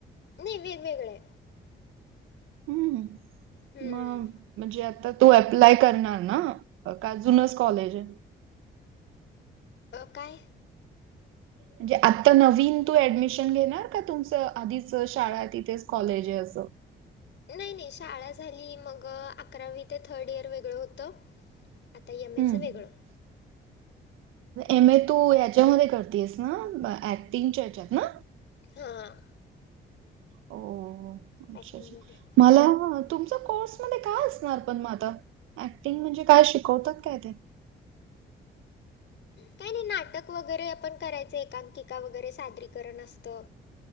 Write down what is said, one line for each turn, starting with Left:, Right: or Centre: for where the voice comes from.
Left: नाही, वेगवेगळ्या.
Right: हम्म,
Left: हम्म,
Right: मग. म्हणजे आता तू अप्लाय करणार ना, का जूनच कॉलेज आहे.
Left: अ काय.
Right: म्हणजे आता नवीन तू ऍडमिशन घेणार का, तुमचं आधीच शाळा आहे तिथेच कॉलेज आहे असं.
Left: नाही नाही, शाळा झाली मग अकरावी ते थर्ड इयर वेगळं होतं. आता एम
Right: हम्म
Left: ए चं वेगळ.
Right: एम ए तू याच्यामध्ये करतीयेस ना, ऍक्टिंगच्या हच्यात ना.
Left: हां
Right: हो, अच्छा
Left: ॲक्टिंगमध्ये
Right: अच्छा मला तुमचा कोर्स मध्ये काय असणार पण मग आता. ऍक्टिंग म्हणजे काय शिकवतात काय ते.
Left: काय. नाटक वगैरे आपण करायच, एकांकिका वगैरे सादरीकरण असत.